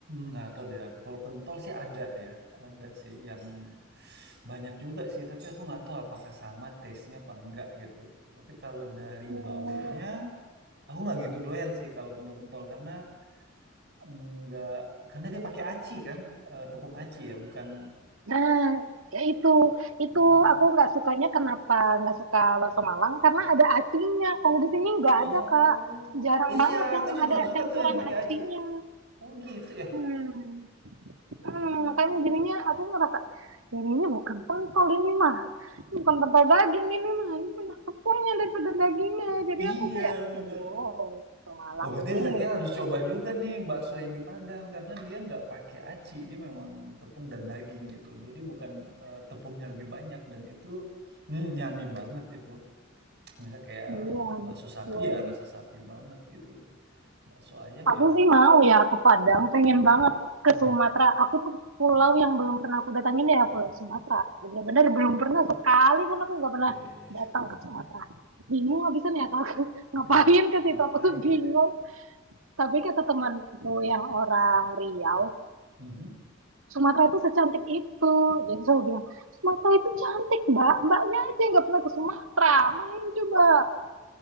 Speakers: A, on the right; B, on the right.
A: nggak tahu deh aku. Kalau pentol sih ada ya, ada sih yang banyak juga sih. Tapi aku nggak tahu apakah sama taste-nya apa enggak gitu. Tapi kalau dari
B: Hmm,
A: baunya, aku nggak gitu doyan sih kalau pentol-pentol karena Enggak, karena dia pakai aci kan, eee, tepung aci ya, bukan
B: Nah, ya itu itu
A: heeh.
B: aku nggak sukanya kenapa nggak suka bakso Malang karena ada acinya. Kalau di sini nggak
A: Oh,
B: ada Kak. Jarang
A: iya,
B: banget yang
A: aku juga
B: ada
A: nggak suka
B: campuran
A: tuh yang pakai
B: acinya.
A: aci. Oh gitu ya?
B: Hmm. Hmm,
A: Oh,
B: makanya jadinya aku ngerasa "Ini ini bukan pentol ini mah. Bukan pentol daging ini mah. Ini banyak tepungnya daripada dagingnya. Jadi
A: iya
B: aku kayak,
A: bener.
B: "Oh, bakso Malang
A: Oh berarti
B: ini."
A: Zakiya harus coba juga nih bakso yang di Padang, karena dia nggak pakai aci, dia memang tepung dan daging gitu loh. Jadi bukan, eee, tepungnya lebih banyak dan itu, mmm, yummy banget itu. Misal kayak
B: Iya,
A: bakso
B: betul.
A: sapi ya, rasa sapi banget gitu loh. Bakso ayam ya
B: Aku sih mau ya ke Padang, pengen banget ke
A: mhm,
B: Sumatera. Aku tuh pulau yang belum pernah aku datangin ya Pulau Sumatera. Bener-bener belum pernah sekali pun aku nggak pernah
A: iya.
B: datang ke Sumatera. Bingung habisan ya kalau aku <laughs> ngapain
A: Ih,
B: ke situ
A: ngapain
B: aku tuh bingung.
A: ya?
B: Tapi kata temanku yang orang Riau,
A: Mhm.
B: Sumatera itu secantik itu. Jadi selalu bilang, Sumatera itu cantik mbak. Mbaknya aja yang nggak pernah ke Sumatera. Main coba.